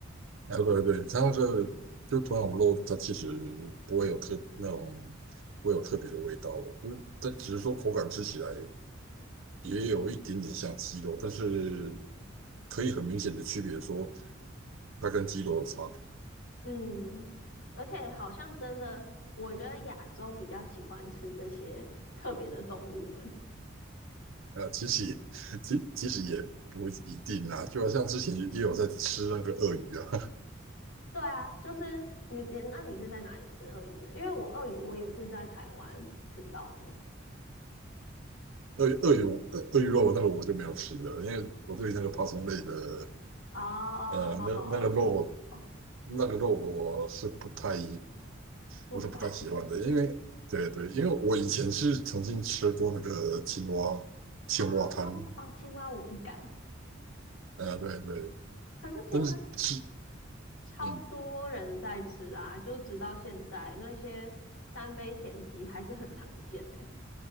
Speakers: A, on the right; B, on the left.
A: 啊，对对，这样是就土壤肉，它其实不会有特那种不会有特别的味道吧，就是它只是说口感吃起来也有一点点像鸡肉，但是可以很明显的区别说它跟鸡肉的差别。
B: 嗯，而且好像真的，我觉得亚洲比较喜欢吃这些特别的动物们。
A: 啊，其实也 <laughs> 其其实也不一定啊，就好像之前也有在吃那个鳄鱼啊，
B: 对啊，就是你，你那你是在哪里吃鳄鱼的？因为我鳄鱼我也是在台湾吃到的。
A: <laughs> 鳄鱼鳄鱼鳄鳄鱼肉那个我就没有吃了，因为我对那个爬虫类的
B: 哦
A: 呃那那个肉
B: 哦，哦！
A: 那个肉我是不太，
B: 不敢
A: 我是不太喜欢的，因为对对，因为我以前是曾经吃过那个青蛙青蛙汤，
B: 啊哦，青蛙我不敢。
A: 呃，对对，
B: 可是青蛙
A: 但是是
B: 超多人在吃啊，
A: 嗯，
B: 就直到现在那些三杯田鸡还是很常见呢。